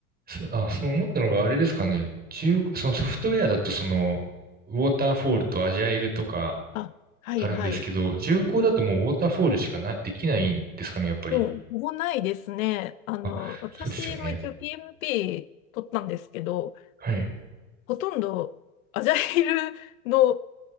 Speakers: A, on the right; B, on the left.
A: すあ、そう思ったのがあれですかね。中、そのソフトウェアだとその、ウォーターフォールとアジャイルとか
B: あ、はいはい。
A: あるんですけど、重工だともうウォーターフォールしかな、できないんですかね、やっぱり。
B: もう、ほぼないですね。あの、
A: あ、
B: 私も一応
A: そうですよね。
B: PMP 取ったんですけど、
A: はい、
B: ほとんどアジャイルの